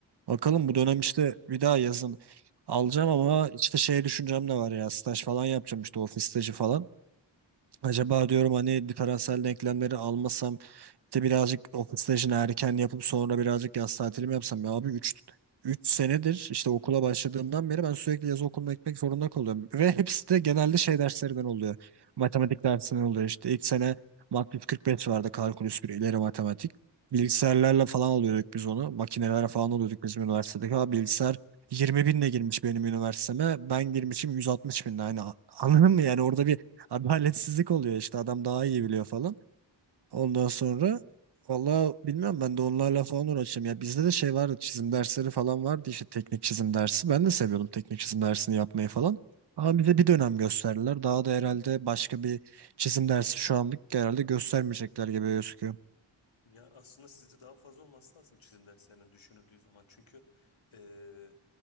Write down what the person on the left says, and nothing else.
Yani aslında sizde daha fazla olması lazım çizim derslerinin düşünüldüğü zaman. Çünkü eee,